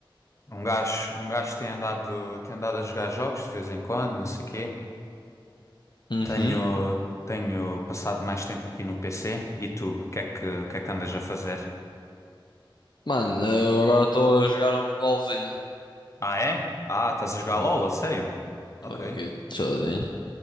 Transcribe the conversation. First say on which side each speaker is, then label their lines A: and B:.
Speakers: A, on the left; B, on the left.
A: um gajo, um gajo tem andado, tem andado a jogar jogos de vez em quando, não sei o quê.
B: uhum.
A: Tenho, tenho passado mais tempo aqui no PC. E tu, o que é que, o que é que andas a fazer?
B: Mano, eu agora estou a jogar um LOLzinho.
A: Ah, é? Ah, estás a jogar
B: Sim,
A: LOL, a sério? Ok.
B: Estou aqui, chiladinho.